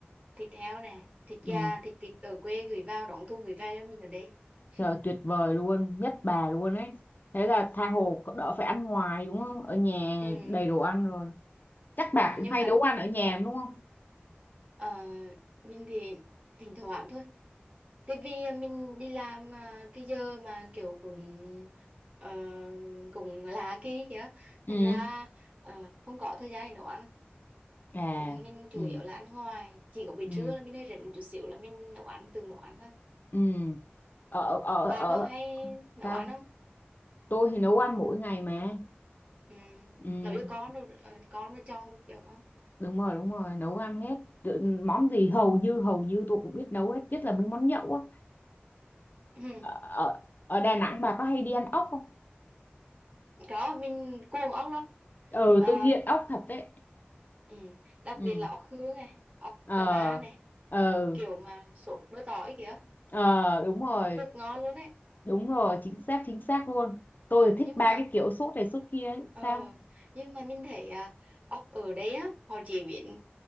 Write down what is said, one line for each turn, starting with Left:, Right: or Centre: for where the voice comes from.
Right: thịt heo này thịt gà
Left: ừ.
Right: thịt vịt ở quê gửi vào đóng thùng gửi vào cho mình ở đây <laughs>
Left: Trời tuyệt vời luôn, nhất bà luôn ấy. Thế là tha hồ đỡ phải ăn ngoài đúng không? Ở nhà
Right: ừ.
Left: đầy đồ ăn rồi. Chắc bà
Right: ừ,
Left: cũng
Right: nhưng
Left: hay
Right: mà
Left: nấu ăn ở nhà đúng không?
Right: Ờ, mình thì thỉnh thoảng thôi. Tại vì mình đi làm à, cái giờ mà kiểu cũng ờ, cũng là kỳ kìa.
Left: Ừ.
Right: Thành ra ờ, không có thời gian để nấu ăn.
Left: À.
Right: Ừ, Mình chủ
Left: Ừ.
Right: yếu là ăn ngoài. Chỉ có buổi
Left: Ừ.
Right: trưa là mình hơi rảnh một chút xíu là mình nấu ăn, tự nấu ăn thôi.
Left: Ừ. Ở ở
Right: Bạn
Left: ở
Right: có hay nấu
Left: sao?
Right: ăn không?
Left: Tôi thì nấu ăn mỗi ngày mà.
Right: Ừ.
Left: Ừ.
Right: Nấu cho con rồi, ờ, con với chồng được không?
Left: Đúng rồi, đúng rồi, nấu ăn hết. Tự- Món gì hầu như hầu như tôi cũng biết nấu hết, nhất là mấy món nhậu á.
Right: Ừ.
Left: Ở, ở ở Đà Nẵng bà có hay đi ăn ốc không?
Right: Có, mình cuồng ốc lắm.
Left: Ừ,
Right: Ờ,
Left: tôi nghiện ốc thật đấy.
Right: Ừ. Đặc
Left: Ừ.
Right: biệt là ốc hương này, ốc
Left: Ờ.
Right: cà na này,
Left: Ờ.
Right: ờ, kiểu mà sốt bơ tỏi kìa,
Left: Ờ, đúng rồi.
Right: rất ngon luôn đấy.
Left: Đúng rồi, chính xác chính xác luôn. Tôi thích
Right: Nhưng
Left: ba
Right: mà
Left: cái kiểu sốt này sốt kia ấy.
Right: ờ,
Left: Sao?
Right: nhưng mà mình thấy à, ốc ở đây á, họ chế biến